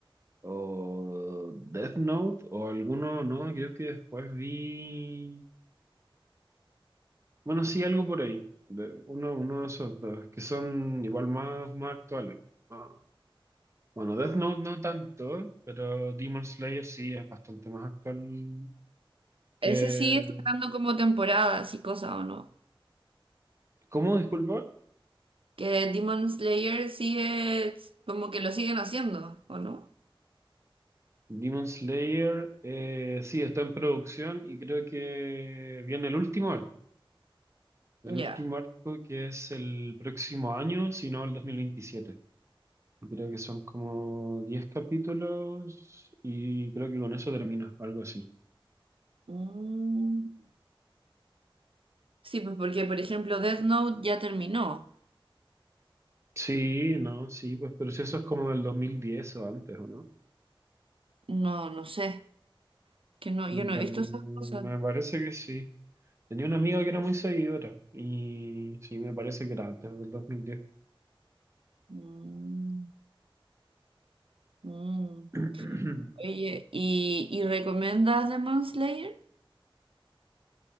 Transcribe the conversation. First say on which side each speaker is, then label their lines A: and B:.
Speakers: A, on the right; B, on the right.
A: o Death Note o alguno, no, creo que después vi Bueno, sí, algo por ahí. De uno, uno de esos dos, que son igual más, más actuales. Ah, Bueno, Death Note no tanto, pero Demon Slayer sí es bastante más actual que...
B: Ese sigue sacando como temporadas y cosas, ¿o no?
A: ¿Cómo? Disculpa.
B: Que Demon Slayer sigue, como que lo siguen haciendo, ¿o no?
A: Demon Slayer eh, sí está en producción y creo que viene el último arco. El
B: Ya.
A: último arco que es el próximo año, si no el dos mil veintisiete Creo que son como 10 capítulos y creo que con eso termina, algo así.
B: Mm. Sí, pues porque, por ejemplo, Death Note ya terminó.
A: Sí, no, sí, pues, pero si eso es como del 2010 o antes, ¿o no?
B: No, no sé, que no, yo
A: Me,
B: no
A: pa-
B: he visto
A: me
B: esas cosas.
A: parece que sí. Tenía una amiga que era muy seguidora y sí, me parece que era antes del 2010.
B: Mm, mm.
A: <clears throat>
B: Oye, ¿y, y recomiendas Demon Slayer?